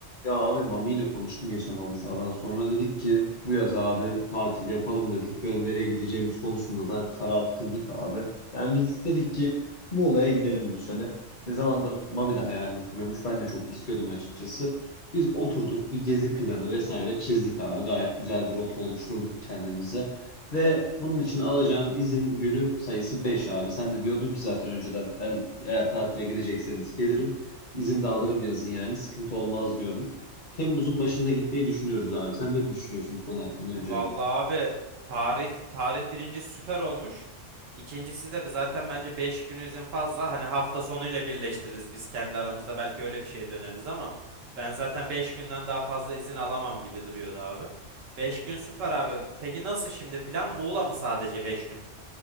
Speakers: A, on the left; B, on the right.
A: Ya abi Mami ile konuştum geçen halı sahadan sonra dedik ki bu yaz abi tatil yapalım dedik ve nereye gideceğimiz konusunda da karar kıldık abi. Yani biz dedik ki Muğla'ya gidelim bu sene. Ne zamandır Mami de hayalini kuruyormuş. Ben de çok istiyordum açıkçası. Biz oturduk bir gezi planı vesaire çizdik abi. Gayet güzel bir rota oluşturduk kendimize. Ve bunun için alacağın izin günü sayısı 5 abi. Sen de diyordun ki zaten önceden ben eğer tatile gidecekseniz gelirim. İzin de alırım yazın yani sıkıntı olmaz diyordun. Temmuz'un başında gitmeyi düşünüyoruz abi. Sen ne düşünüyorsun bu konu hakkında öncelikle?
B: Vallahi abi tarih tarih birinci süper olmuş. İkincisi de zaten bence 5 gün izin fazla. Hani hafta sonuyla birleştiririz biz kendi aramızda belki öyle bir şeye döneriz ama ben zaten 5 günden daha fazla izin alamam gibi duruyordu abi. beş gün süper abi. Peki nasıl şimdi plan? Muğla mı sadece 5 gün?